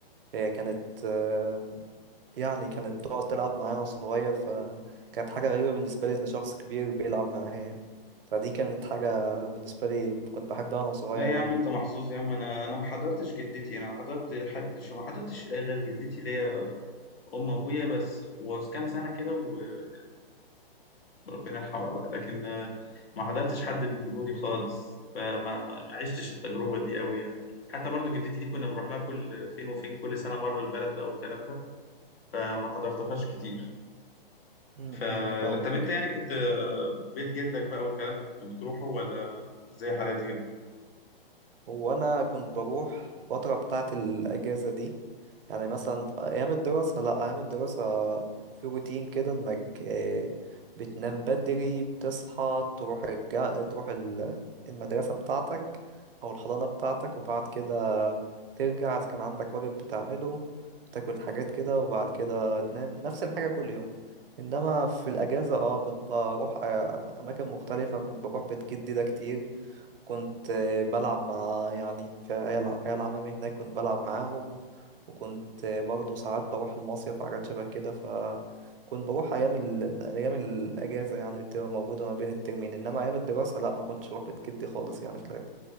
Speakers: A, on the right; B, on the left.
A: هي كانت آه، يعني كانت تقعد تلعب معايا وأنا صغير فكانت حاجة غريبة بالنسبة لي إن شخص كبير بيلعب معايا يعني فدي كانت حاجة بالنسبة لي كنت بحبها وأنا صغير
B: لا
A: يعني
B: يا عم انت محظوظ يا عم انا انا ما حضرتش جدتي انا حضرت حد شو ما حضرتش غير جدتي ليا أم أبويا بس وكام سنة كده وربنا يرحمها بقى لكن آه، ما حضرتش حد من جدودي خالص فما ما ما عشتش التجربة دي قوي يعني حتى برضو جدتي دي كنا بنروح لها كل فين وفين كل سنة مرة البلد بقى والكلام ده فما حضرتهاش كتير
A: م-
B: ف
A: م، فاهمك
B: لا، طب انت يعني كنت آه، بيت جدك بقى والكلام ده كنت بتروحه ولا زي حالاتي كده
A: هو انا كنت بروح الفتره بتاعه الاجازه دي يعني مثلا في ايام الدراسه لا ايام الدراسه في روتين كده انك آه، بتنام بدري بتصحى تروح الجا... تروح ال- المدرسه بتاعتك او الحضانه بتاعتك وبعد كده ترجع اذا كان عندك واجب بتعمله بتاكل حاجات كده وبعد كده تنام نفس الحاجه كل يوم انما في الاجازه اه كنت بروح آه، اماكن مختلفه كنت بروح بيت جدي ده كتير كنت آه، بلعب مع يعني في عيال عيال عمامي هناك كنت بلعب معاهم وكنت آه، برضه ساعات بروح المصيف وحاجات شبه كده فكنت بروح أيام ال... أيام الأجازة يعني اللي بتبقى موجودة ما بين الترمين إنما أيام الدراسة لأ ما كنتش بروح بيت جدي خالص يعني في الغالب